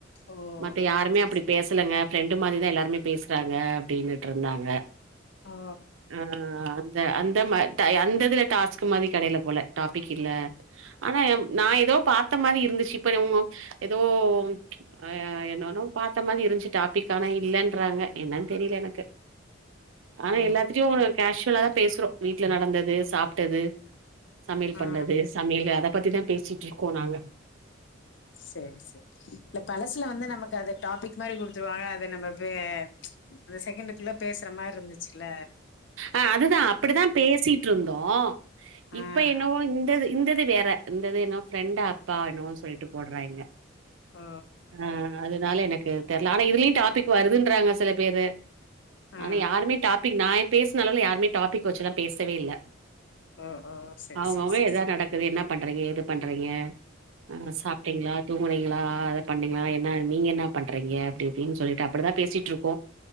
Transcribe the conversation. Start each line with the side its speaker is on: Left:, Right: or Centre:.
Left: ஓ
Right: மத்த யாருமே
Left: செரி
Right: அப்டி பேசலங்க ஃப்ரெண்டு மாதிரிதா எல்லாருமே பேசுறாங்க அப்டின்னு ட்ருந்தாங்க
Left: ஓ
Right: ஆ அந்த அந்த மா ட அந்ததுல டாஸ்க் மாதிரி கடையில போல டாபிக் இல்ல ஆனா யம் நா எதோ பாத்த மாரி இருந்துச்சு இப்ப நீ உங்க எதோ அ என்னானோ பாத்த மாதி இருன்ச்சி டாப்பிக் ஆனா இல்லைன்றாங்க என்னன் தெரியல எனக்கு ஆனா
Left: ஆ
Right: எல்லாத்திட்டயும் கேஷுவலா தா பேசுறோ வீட்ல நடந்தது சாப்ட்டது சமையல் பண்றது
Left: ஆ
Right: சமையல் அத பத்திதா பேசிட் இருக்கோ நாங்க
Left: சரி சர் இல்ல பழசுல வந்து நமக் அத டாபிக் மாரி குடுத்துருவாங்க அத நம்ம பே அந்த செகண்டுக்குள்ள பேசுற மாரி இருந்துச்சுல
Right: அ அதுதா அப்படிதா பேசிட்ருந்தோ
Left: ஆ
Right: இப்ப என்னவோ
Left: ஆ
Right: இந்தது இந்தது வேற இந்தது என்னோ ஃப்ரெண்ட் ஆப்பா என்னவோ சொல்லிட்டு போட்றாய்ங்க
Left: ஆ
Right: ஆ அதுனால எனக்கு தெர்ல ஆனா இதுலயு டாபிக் வருதுன்றாங்க சில பேரு
Left: ஆ ஆ.
Right: ஆனா யாருமே டாபிக் நா பேசின அளவுல யாருமே டாபிக் வச்சுலா பேசவே இல்ல
Left: ஓ ஓ செரி
Right: அவங்கவுங்க
Left: செரி செரி
Right: எதோ நடக்குது என்ன பண்றீங்க எது பண்றீங்க ஆ சாப்ட்டீங்களா
Left: செரி
Right: தூங்குனீங்களா அத பண்ணீங்களா என்ன நீங்க என்னா பண்றீங்க அப்டி இப்டின் சொல்லிட்டு அப்டிதா பேசிட் இருக்கோ